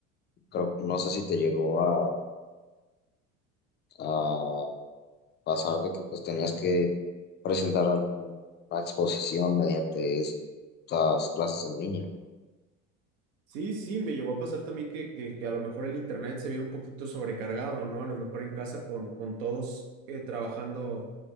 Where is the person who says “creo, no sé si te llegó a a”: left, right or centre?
Left